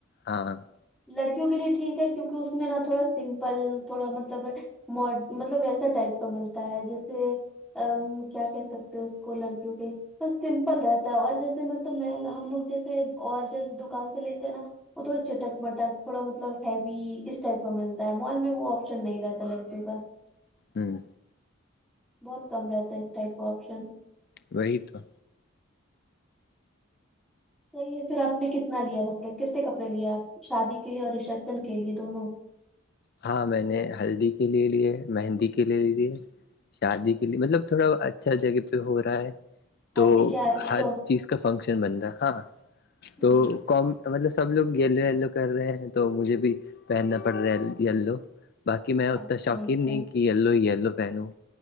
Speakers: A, on the left; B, in the centre.
A: ہاں
B: لڑکیوں کے لیے ٹھیک ہے کیونکہ اس میں نا تھوڑا سمپل تھوڑا مطلب مڈ مطلب ویسا ٹائپ کا ملتا ہے جیسے ا کیا کہ سکتے اس کو لڑکیوں کے بس س ل رہتا ہے اور جیسے مطلب میں ہم لوگ جیسے اور جی دکان سے لیتے ہیں نا وہ تھوڑا چٹک مٹک تھوڑا مطلب ہیوی اس ٹائپ کا ملتا ہے مال میں وہ آپشن نہیں رہتا لڑکیوں کا
A: ہوں
B: بہت کم رہتا ہے اس ٹائپ کا آپشن
A: وہی تو
B: صحی ہے پھر آپ نے کتنا لیا کپڑے کتنے کپڑے لیے آپ شادی کے لیے اور ریسپشن کے لیے دونوں
A: ہاں میں نے ہلدی کے لے لیے مہندی کے لے لیے دیے شادی کے مطلب تھوڑا اچھا جگہ پہ ہو رہا ہے تو
B: ہلدی کیا ہے یلو
A: ہر چیز کا فنکشن بن رہا ہے ہاں
B: ہوں
A: تو کوم مطلب سب لوگ یلو اییلو کر رہے ہیں تو مجھے بھی پہننا پڑ رہا ہے یلو باقی میں ات
B: اچھا
A: شوقین
B: اچھا
A: نہیں کہ یلو ہی یلو پہنوں